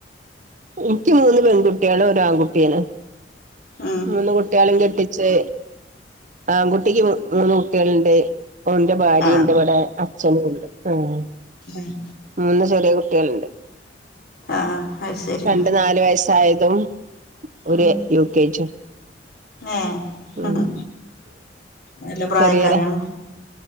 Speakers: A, on the right; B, on the left.
A: ഇയ്ക്ക് മൂന്ന് പെൺട്ട്യാളും ഒരാൺകുട്ടിയാണ്.
B: ഉം
A: മൂന്ന് കുട്ട്യാളീം കെട്ടിച്ച് ആൺകുട്ടിക്ക് മൂന്ന് കുട്ട്യാള്ണ്ട് ഒന്റെ ഭാര്യണ്ട്
B: ആഹ്
A: ഇവടെ അച്ഛനുണ്ട് ആഹ്.
B: എഹ്
A: മൂന്ന് ചെറിയ കുട്ട്യാള്ണ്ട്
B: ആഹ് അത് ശരി
A: രണ്ട് ന്നാല് വയസ്. ആയതും ഒര്
B: ഉം
A: യു കെ ജിം
B: ഏഹ്
A: ഉം
B: നല്ല പ്രായക്കാരാണ്
A: ചെറിയൊര